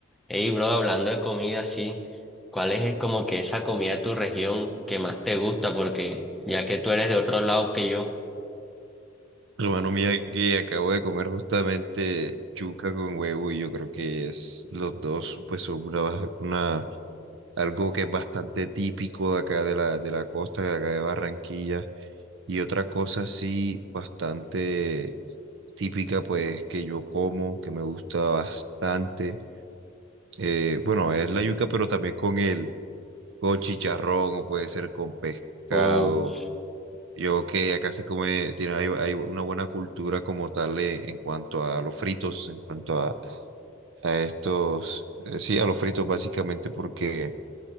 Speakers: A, in the centre; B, on the right.
A: Hey, bro, hablando de comida así, ¿cuál es eh, como que esa comida de tu región que más te gusta? Porque ya que tú eres de otro lado que yo.
B: Hermano, mira que acabo de comer justamente yuca con huevo y yo creo que es los dos, pues son una, bas- una- algo que es bastante típico de acá de la, de la costa, de acá de Barranquilla. Y otra cosa sí bastante típica, pues que yo como, que me gusta bastante. eh, bueno, es la yuca, pero también con el, con chicharrón o puede ser con pescado.
A: Uf,
B: Yo que acá se come, tiene, hay, hay una buena cultura como tal eh, en cuanto a los fritos, en cuanto a, a estos, eh, sí, a los fritos básicamente porque